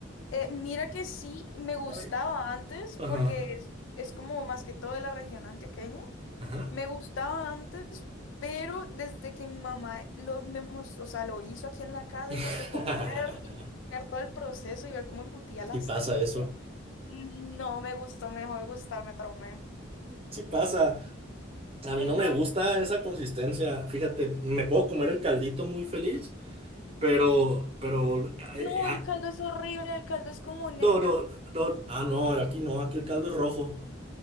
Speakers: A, on the left; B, on the right.
A: Eh, mira que sí, me gustaba
B: Ay,
A: antes
B: ajá,
A: porque es, es como más que todo de la región antioqueña.
B: ajá.
A: Me gustaba antes, pero desde que mi mamá lo, me mos- o sea, lo hizo aquí en la casa
B: <laughs>
A: y me tocó ver, y ver todo el proceso y ver cómo embutía la
B: Sí pasa
A: sangre,
B: eso.
A: mm, no me gustó, me dejó de gustar, me traumé.
B: Sí pasa. A
A: Uy,
B: mí no
A: no.
B: me gusta esa consistencia. Fíjate, me puedo comer el caldito muy feliz, pero, pero, eh,
A: No,
B: ah,
A: el caldo es horrible, el caldo es como negro.
B: no, no, no. Ah, no, aquí no, aquí el caldo es rojo.